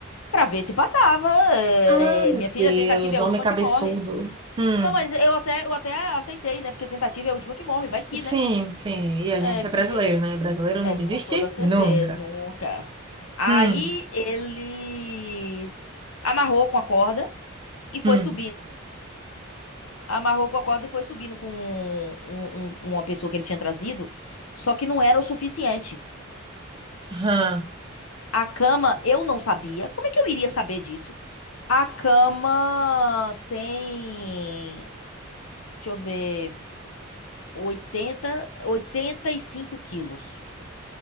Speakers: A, on the left (about 85°); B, on the right (about 25°).
A: Pra ver se passava, eh,
B: Ah, meu
A: minha filha,
B: Deus,
A: tentativa é a
B: homem
A: última
B: cabeçudo.
A: que morre.
B: Hum,
A: Não, mas eu até, eu até aceitei, né? Porque tentativa é a última que morre, vai que,
B: sim,
A: né?
B: sim. E a
A: É
B: gente
A: que
B: é brasileiro, né? Brasileiro
A: é,
B: não desiste
A: com toda certeza,
B: nunca.
A: nunca. Aí
B: Hum,
A: ele amarrou com a corda e foi
B: hum,
A: subindo. Amarrou com a corda e foi subindo com um- um- um, uma pessoa que ele tinha trazido, só que não era o suficiente.
B: hã.
A: A cama, eu não sabia. Como é que eu iria saber disso? A cama tem, deixa eu ver, oitenta oitenta e cinco quilos.